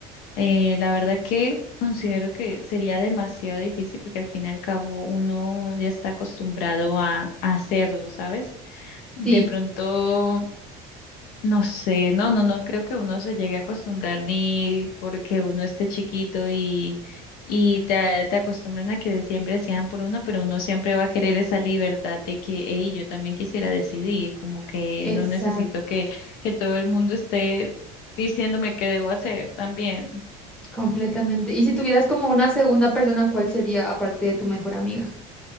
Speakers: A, on the left; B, in the centre.
A: Eh, la verdad que considero que sería demasiado difícil porque al fin y al cabo uno ya está acostumbrado a, a hacerlo, ¿sabes? De
B: Sí,
A: pronto, no sé, no, no, no creo que uno se llegue a acostumbrar ni porque uno esté chiquito y, y te, te acostumbren a que siempre sean por uno, pero uno siempre va a querer esa libertad de que, hey, yo también quisiera decidir, como que
B: exacto
A: no necesito que, que todo el mundo esté diciéndome qué debo hacer también.
B: Completamente. Y si tuvieras como una segunda persona, ¿cuál sería aparte de tu mejor amiga?